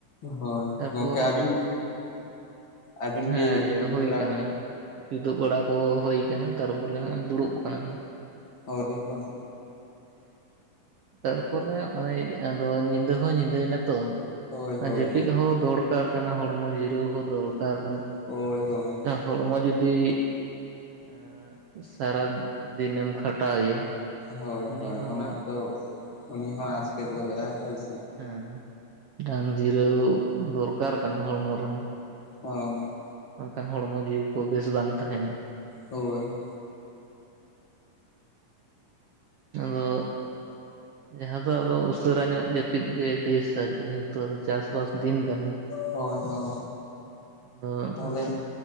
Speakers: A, on the left; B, on the right.
A: ᱦᱳᱭ
B: ᱛᱟᱨᱯᱚᱨ
A: ᱜᱚᱢᱠᱮ ᱟᱹᱵᱤᱱ ᱜᱮ? ᱟᱹᱵᱤᱱ
B: ᱦᱮᱸ
A: ᱜᱮ
B: ᱡᱚᱜ
A: ᱠᱤᱫᱩᱵ
B: ᱦᱩᱭ
A: ᱵᱟᱲᱟ
B: ᱟᱠᱟᱱᱟ
A: ᱠᱟᱱᱟ
B: ᱠᱤᱫᱩᱜ ᱵᱟᱲᱟ ᱠᱚ ᱦᱩᱭ ᱟᱠᱟᱱᱟ ᱛᱟᱨᱯᱚᱨᱮ ᱦᱟᱸᱜ ᱫᱩᱲᱩᱵ ᱟᱠᱟᱱᱟᱞᱤᱧ
A: ᱦᱳᱭ ᱦᱳᱭ
B: ᱛᱟᱨᱯᱚᱨᱮ ᱱᱚᱜ ᱚᱭ ᱟᱫᱚ ᱧᱤᱫᱟᱹ ᱦᱚᱸ ᱧᱤᱫᱟᱹᱭᱮᱱᱟᱛᱚ,
A: ᱦᱳᱭ ᱦᱳᱭ
B: ᱡᱟᱹᱯᱤᱫ ᱦᱚᱸ ᱫᱚᱲ- ᱫᱚᱨᱠᱟᱨ ᱠᱟᱱᱟ ᱦᱚᱲᱢᱚ ᱡᱤᱨᱟᱹᱣ ᱦᱚᱸ ᱫᱚᱨᱠᱟᱨ ᱠᱟᱱᱟ ᱾
A: ᱦᱳᱭ ᱦᱳᱭ
B: ᱦᱚᱲᱢᱚ ᱡᱩᱫᱤ ᱮᱸ ᱥᱟᱨᱟ ᱫᱤᱱᱮᱢ ᱠᱷᱟᱴᱟᱣᱮᱭᱟ
A: ᱦᱳᱭ
B: ᱩᱱᱤ
A: ᱦᱳᱭ
B: ᱦᱚᱸ
A: ᱚᱱᱟ ᱦᱚᱸᱛᱚ, ᱩᱱᱤ ᱦᱚᱸ ᱟᱥᱠᱮᱛ ᱜᱚᱫᱚᱜ ᱟᱭ ᱦᱳᱭ ᱥᱮ ᱾
B: ᱦᱮᱸ ᱰᱟᱝ ᱡᱤᱨᱟᱹᱣ ᱫᱚᱨᱠᱟᱨ ᱠᱟᱱᱟ ᱦᱚᱲᱢᱚ ᱨᱮᱦᱚᱸ
A: ᱦᱳᱭ
B: ᱵᱟᱝᱠᱟᱱ ᱦᱚᱲᱢᱚ ᱡᱤᱣᱤ ᱠᱚ ᱵᱮᱥ ᱵᱟᱝ ᱛᱟᱦᱮᱱᱟ,
A: ᱦᱳᱭ
B: ᱟᱫᱚ ᱡᱟᱦᱟᱸ ᱫᱚ ᱟᱫᱚ ᱩᱥᱟᱹᱨᱟ ᱧᱚᱜ ᱡᱟᱹᱯᱤᱫ ᱜᱮ ᱵᱮᱥᱟ ᱡᱮᱦᱮᱛᱩ ᱟᱫᱟ ᱪᱟᱥ ᱵᱟᱥ ᱫᱤᱱ ᱠᱟᱱᱟ ᱟᱫᱚ
A: ᱦᱳᱭ ᱦᱳᱭ ᱛᱟᱦᱚᱞᱮ